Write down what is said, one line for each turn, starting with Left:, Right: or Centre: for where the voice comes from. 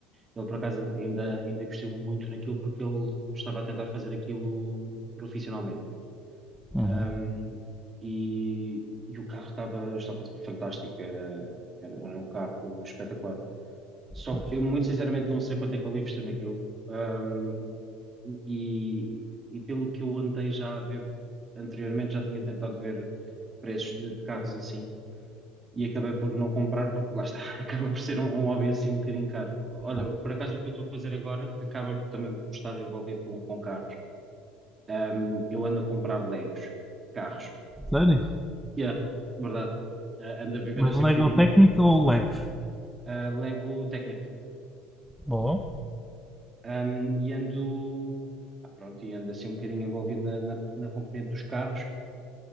Right: ele por acaso ainda, ainda investiu muito naquilo porque ele estava a tentar fazer aquilo profissionalmente.
Centre: Uhum.
Right: Hum, e, e o carro estava, estava fantástico, era, era, era um carro espetacular. Só
Centre: Pois,
Right: que eu, muito sinceramente, não sei quanto é que ele investiu naquilo. Ahm, e, e pelo que eu andei já a ver, anteriormente já tinha tentado ver preços de, de carros assim e acabei por não comprar, porque lá está, <laughs> acaba por ser um, um hobby assim um bocadinho caro. Olha,
Centre: claro.
Right: por acaso o que eu estou a fazer agora acaba também por estar envolvido com, com carros. Ahm, eu ando a comprar Legos de carros.
Centre: Sério?
Right: Yeah, verdade. Ah, ando a viver
Centre: Mas
Right: assim
Centre: Lego
Right: um bocadinho.
Centre: técnico ou Legos?
Right: ah, Lego Technic.
Centre: bom
Right: Um, e ando, ah, pronto, e ando assim um bocadinho envolvido na, na, na componente dos carros,